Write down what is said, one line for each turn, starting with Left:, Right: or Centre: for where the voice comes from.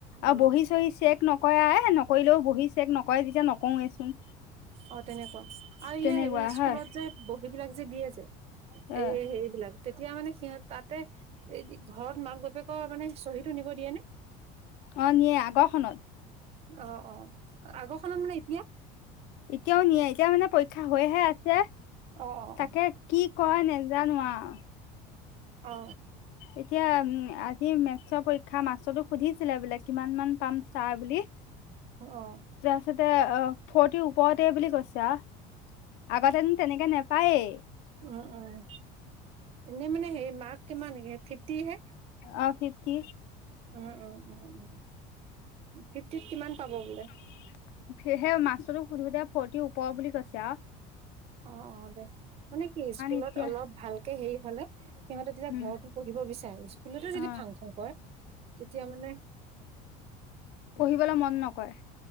Left: আৰু
Right: উম
Left: বহি চহি চেক নকৰে এ নকৰিলেও বহি চেক নকৰে যেতিয়া নকৰোৱেচোন।
Right: অ' তেনেকুৱা, আৰু
Left: তেনেকুৱা
Right: ইয়ে হেৰি স্কুলত
Left: হয়
Right: যে বহী বিলাক যে দিয়ে যে,
Left: অ',
Right: এই হেৰি বিলাক তেতিয়া মানে সিহঁত তাতে এ ঘৰত মাক বাপেকৰ মানে চহীটো নিব দিয়ে নে?
Left: অঁ নিয়ে আগৰখনত।
Right: অ অ, আগৰখনত মানে এতিয়া?
Left: এতিয়াও নিয়ে এতিয়া মানে পৰীক্ষা হৈহে আছে।
Right: অ অ
Left: তাকে কি কয় নেজানো আও।
Right: অ।
Left: এতিয়া উম আজি মেটছৰ পৰীক্ষা মাষ্টৰক সুধিছিলে বোলে কিমান মান পাম ছাৰ বুলি।
Right: অ।
Left: তাৰপিছতে অ ফৰ্টি ওপৰতে বুলি কৈছে আও। আগতেনো তেনেকুৱা নেপায়েই।
Right: ওম ওম, এনেই মানে সেই মাৰ্ক কিমান ফিফটি হে?
Left: অ ফিফটি।
Right: ওম ওম ওম, ফিফটিত কিমান পাব বোলে?
Left: সে সেই মাষ্টৰটোক সুধোতে ফৰ্তি ওপৰ বুলি কৈছে আও।
Right: অ অ দে, মানে কি স্কুলত
Left: এতিয়া
Right: অলপ ভালকে হেৰি হলে সিহঁতে তেতিয়া
Left: উম
Right: ঘৰটো - পঢ়িব বিচাৰে, স্কুলতে যদি
Left: অ
Right: ফাং ফুং কৰে তেতিয়া মানে-
Left: পঢ়িবলে মন নকৰে।